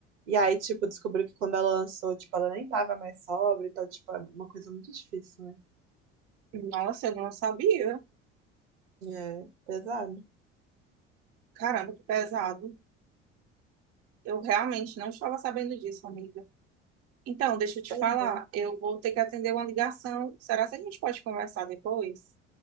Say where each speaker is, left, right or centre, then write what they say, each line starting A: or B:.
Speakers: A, on the right (about 75°); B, on the right (about 45°).
A: E aí, tipo, descobriu que quando ela lançou, tipo, ela nem tava mais sóbria, então, tipo, é uma coisa muito difícil, né?
B: Nossa, eu não sabia.
A: É, pesado.
B: Caramba, que pesado. Eu realmente não estava sabendo disso, amiga. Então, deixa eu te
A: Pois
B: falar,
A: é.
B: eu vou ter que atender uma ligação. Será que a gente pode conversar depois?